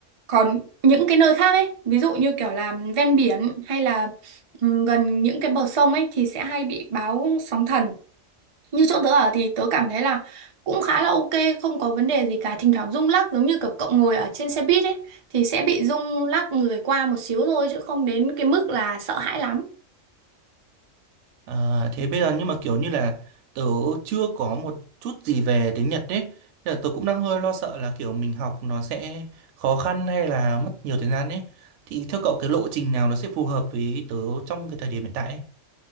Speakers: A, on the right; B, on the right.
A: Còn những cái nơi khác ấy, ví dụ như kiểu là ven biển hay là ừm, gần những cái bờ sông ấy thì sẽ hay bị báo sóng thần. như chỗ tớ ở thì tớ cảm thấy là cũng khá là ok không có vấn đề gì cả thỉnh thoảng rung lắc giống như kiểu cậu ngồi ở trên xe buýt ấy thì sẽ bị rung lắc người qua một xíu thôi chứ không đến cái mức là sợ hãi lắm
B: À, thế bây giờ nhưng mà kiểu như là tớ chưa có một chút gì về tiếng Nhật đấy. Nên là tớ cũng đang hơi lo sợ là kiểu mình học nó sẽ khó khăn hay là mất nhiều thời gian ấy. Thì theo cậu cái lộ trình nào nó sẽ phù hợp với tớ trong cái thời điểm hiện tại ấy?